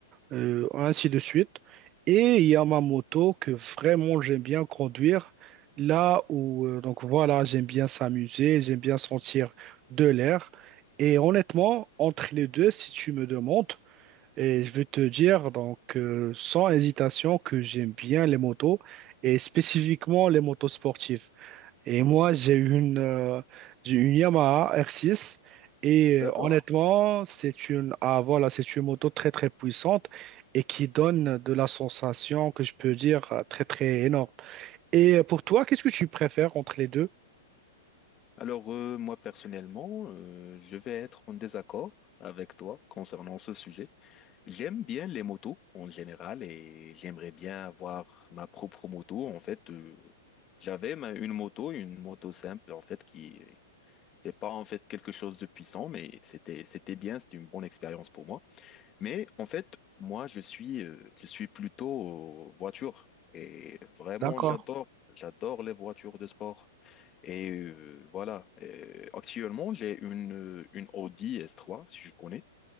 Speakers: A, on the right (about 25°); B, on the left (about 20°).
A: euh, ainsi de suite. Et il y a ma moto que vraiment j'aime bien conduire. Là où, euh, donc voilà, j'aime bien s'amuser, j'aime bien sentir de l'air. Et honnêtement, entre les deux, si tu me demandes, et je veux te dire, donc, euh, sans hésitation, que j'aime bien les motos et spécifiquement les motos sportives. Et moi, j'ai une, euh, j'ai une Yamaha R6 et
B: D'accord.
A: euh, honnêtement, c'est une, ah, voilà, c'est une moto très, très puissante et qui donne de la sensation que je peux dire euh, très, très énorme. Et euh, pour toi, qu'est-ce que tu préfères entre les deux?
B: Alors, euh, moi, personnellement, euh, je vais être en désaccord avec toi concernant ce sujet. J'aime bien les motos en général et j'aimerais bien avoir ma propre moto. En fait, euh, j'avais ma- une moto, une moto simple, en fait, qui n'était pas en fait quelque chose de puissant, mais c'était, c'était bien, c'était une bonne expérience pour moi. Mais en fait, moi, je suis, euh, je suis plutôt euh, voiture. Et vraiment,
A: D'accord.
B: j'adore, j'adore les voitures de sport. Et euh, voilà. Euh, actuellement, j'ai une, euh, une Audi S3, si je connais.